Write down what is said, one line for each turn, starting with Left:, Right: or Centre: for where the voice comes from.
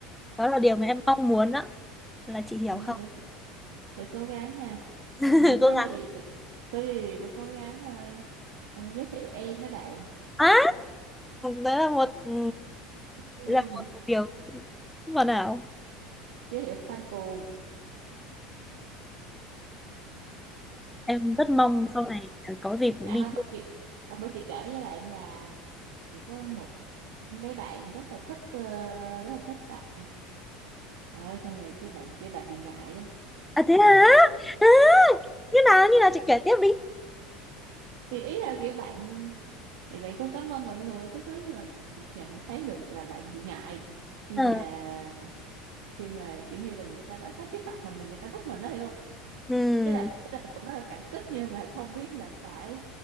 Centre: đó là điều mà em mong muốn đó là chị hiểu
Right: Ừ,
Centre: không
Right: để, để cố gắng nha
Centre: <laughs>
Right: mà
Centre: cố
Right: có
Centre: gắng
Right: gì có gì để cố gắng ờ, ờ, giới thiệu em với bạn
Centre: à, đấy là một ừ,
Right: ừ,
Centre: Đấy là một điều hoàn hảo
Right: giới thiệu fan cuồng
Centre: em rất mong sau này có dịp
Right: à
Centre: đi
Right: hôm bữa
Centre: chơi.
Right: chị hôm bữa chị kể với bạn là chị có một bé bạn rất là thích ờ, rất là thích bạn rồi xong rồi kia bạn kia bạn bị ngại á
Centre: à thế hả à, như nào như nào chị kể tiếp đi
Right: thì ý là kiểu bạn thì bạn cũng cảm ơn mọi người cái thứ nhưng mà chị nhận thấy được là bạn bị ngại khi
Centre: ờ
Right: mà khi mà kiểu như là người ta nói nói trước mặt mình là người ta thích mình đó hiểu không
Centre: ừ
Right: tức là tức là cũng rất là cảm kích nhưng mà không biết là phải